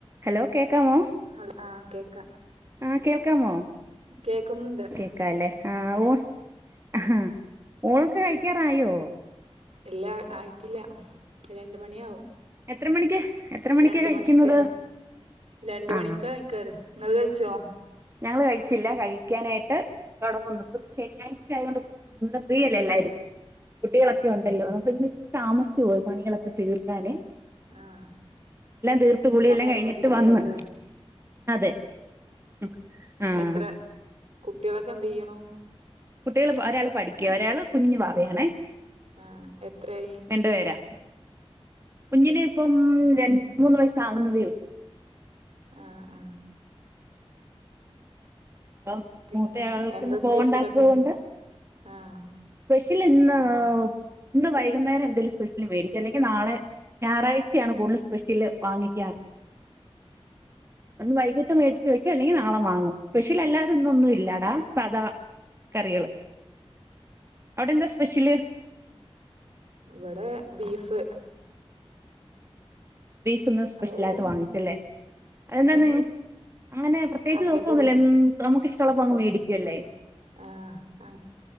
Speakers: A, on the right; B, on the right.
A: Hello കേക്കാമോ?
B: Hello ആഹ് കേക്കാ
A: ആഹ് കേൾക്കാമോ?
B: കേക്കുന്നുണ്ട്
A: കേക്കാല്ലേ. ആഹ് ഓഹ് ആഹാ ഓൾക്ക് കഴിക്കാറായോ?
B: ഇല്ലാ ആയിട്ടില്ല. രണ്ട്മണിയാവും
A: എത്ര മണിക്ക്? എത്ര മണിക്കാ
B: രണ്ട്മണിക്ക്.
A: കഴിക്കുന്നത്
B: രണ്ട്
A: ആ
B: മണിക്കാ കഴിക്കാറ്. ങ്ങള് കഴിച്ചോ?
A: ഞങ്ങള് കഴിച്ചില്ല. കഴിക്കാനായിട്ട് തൊടങ്ങുന്നു. പ്പം ശനിയാഴ്ച ആയതോണ്ട് ഇന്ന് ഫ്രീയല്ലേ എല്ലാരും. കുട്ടികളൊക്കെ
B: ആഹ്
A: ഒണ്ടല്ലോ. അപ്പൊ ഇന്ന് താമസിച്ചു പോയി പണികളൊക്കെ തീർക്കാന്
B: ആഹ്
A: എല്ലാം തീർത്ത്
B: എണീക്കാൻ
A: കുളിയെല്ലാം
B: നേരം
A: കഴിഞ്ഞിട്ട്
B: വൈകിട്ടുണ്ടാവൂലേ
A: വന്ന് അതെ. ഉം ആഹ്
B: എത്ര കുട്ടികളൊക്കെ എന്തെയ്യണൂ?
A: കുട്ടികള് പൊ ഒരാള് പഠിക്കുവാ. ഒരാള് കുഞ്ഞു വാവയാണേ.
B: ആഹ് എത്രായി?
A: രണ്ട്പേരാ. കുഞ്ഞിനിപ്പം രണ്ട്, മൂന്ന് വയസാവുന്നതേ
B: ആഹ് ആഹ്
A: പ്പം
B: പിന്നെ
A: മൂത്ത ആള്ക്ക്ന്ന്
B: എന്താ
A: പോവണ്ടാത്തത്
B: സ്പെഷ്യലൊക്കെ
A: കൊണ്ട്
B: ആഹ്
A: പെഷ്യല്ന്ന് ഇന്ന് വൈകുന്നേരം എന്തേലും സ്പെഷ്യല് വേടിക്കു. അ ല്ലെങ്കി ങ്കി നാളെ. ഞായറാഴ്ചയാണ് കൂടുതല് സ്പെഷ്യല് വാങ്ങിക്കാറ്. അന്ന് വൈകിട്ട് മേടിച്ച് വയ്ക്കോ അല്ലെങ്കി നാളെ വാങ്ങും. സ്പെഷ്യലല്ലാതെ ഇന്നൊന്നും ഇല്ലാടാ. സദാ കറികള്. അവ്ടെന്താ സ്പെഷ്യല്?
B: വടെ ബീഫ്.
A: ബീഫ് ഇന്ന് സ്പെഷ്യലായിട്ട്
B: വേറെന്നും
A: വാങ്ങിച്ചുല്ലേ. അതെന്താന്ന് അങ്ങനെ പ്രത്യേകിച്ച്
B: ഹസ്ബൻഡ്
A: ദെവസൊന്നുല്ല
B: ഇല്ലേ
A: എന്നു നമുക്ക് ഇഷ്ടൊള്ളപ്പ അങ്ങ് മേടിക്കുല്ലേ
B: ആഹ് ആ